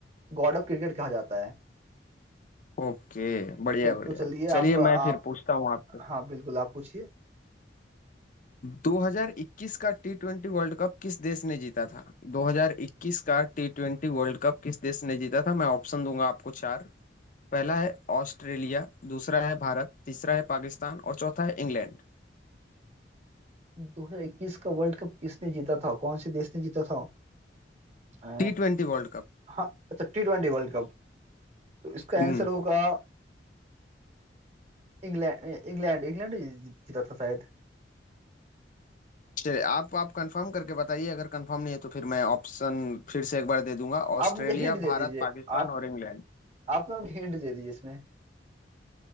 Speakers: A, on the right (about 40°); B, on the left (about 50°).
A: गॉड ऑफ क्रिकेट कहा जाता है
B: ओके बढ़िया
A: चल
B: बढ़िया
A: तो चलिए
B: चलिए
A: अब आप
B: मैं फिर पूछता हूँ आप
A: हाँ बिल्कुल आप पूछिए
B: 2021 का टी ट्वेंटी वर्ल्ड कप किस देश ने जीता था 2021 का टी ट्वेंटी वर्ल्ड कप किस देश ने जीता था मैं ऑप्शन दूंगा आपको चार पहला है ऑस्ट्रेलिया दूसरा है भारत तीसरा है पाकिस्तान और चौथा है England
A: 2021 का वर्ल्ड कप किसने जीता था कौन से देश ने जीता था अ,
B: T twenty world cup
A: हाँ अच्छा टी ट्वेंटी वर्ल्ड कप तो इसका
B: हम्म
A: आंसर होगा इंग्लैंड इंग्लैंड इंग्लैंड ही जीता था शायद
B: चलिए आप आप कंफर्म करके बताइए अगर कंफर्म नहीं है तो फिर मैं ऑप्शन फिर से एक बार दे दूंगा ऑस्ट्रेलिया
A: आप मुझे हिंट दे
B: भारत
A: दीजिए
B: पाकिस्तान
A: आप
B: और इंग्लैंड
A: आप ना मुझे हिंट दे दीजिए इसमें